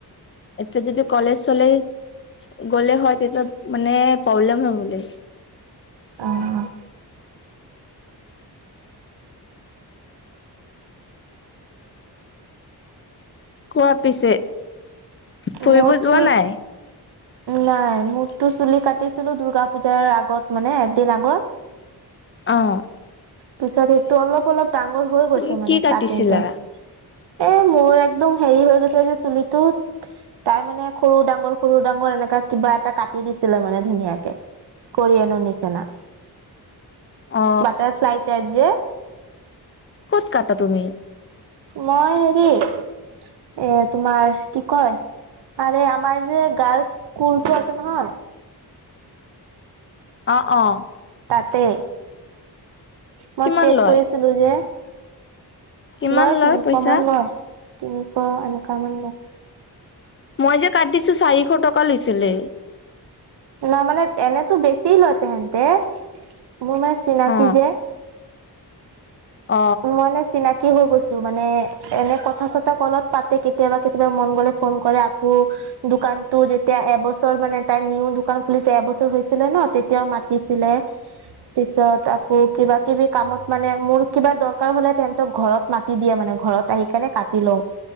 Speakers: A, on the left; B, on the right.
A: এতিয়া যদি কলেজ চলেজ গ'লে হয় তেতিয়া মানে প্ৰব্লেম হয় গ'লহেতি
B: অঁ অঁ!
A: কোৱা পিছে ফুৰিব
B: মোৰ
A: যোৱা
B: তোচ
A: নাই
B: নাই মোৰতো চুলি কাটিছিলো দূৰ্গা পূজাৰ আগত মানে এদিন আগত।
A: অঁ!
B: পিছত সেটো অলপ অলপ ডাঙৰ হৈ গৈছে
A: তুমি
B: মানে
A: কি কাটিছিলা
B: কাটিংটো। এ মোৰ একদম হেৰি হৈ গৈছে যে চুলিটোত- তাই মানে সৰু ডাঙৰ সৰু ডাঙৰ এনেকা কিবা এটা কাটি দিছিলে মানে ধুনীয়াকে। কৰি আনো নিচিনা
A: অ
B: বাটাৰফ্লাই টাইপ যে
A: ক'ত কাটা তুমি।
B: মই হেৰি এ তোমাৰ কি কয়! আৰে আমাৰ যে গাৰ্লচ স্কুলটো আছে নহয়-
A: অঁ অঁ!
B: তাতে মই
A: কিমান
B: ষ্টেট
A: লয়
B: কৰিছিলো যে।
A: কিমান
B: লয় তিনিশ
A: পইচা
B: মান লয় তিনিশ এনেকা মান লয়।
A: মই যে কাটছো চাৰিশ টকা লৈছিলে
B: ন মানে এনেতো বেছি লয় তেহেনতে মোৰ মানে চিনাকি
A: অ
B: যে।
A: অ
B: উমঁ মনেচ চিনাকি হৈ গৈছো মানে এনে কথা চথা কলত পাতে কেতিয়াবা কেতিয়াবা মন গ'লে ফোন কৰে আকৌ দোকানতটো যেতিয়া এবছৰ মানে তাই নিউ দোকান খুলিছে এবছৰ হৈছিলে ন তেতিয়াও মাত দিছিলে পিছত আকৌ কিবা কিবি কামত মানে মোৰ কিবা দৰকাৰ হ'লে তেন্তেক ঘৰত মাতে- কাটি দিয়ে মানে ঘৰত আহি কেনে কাটি লওঁ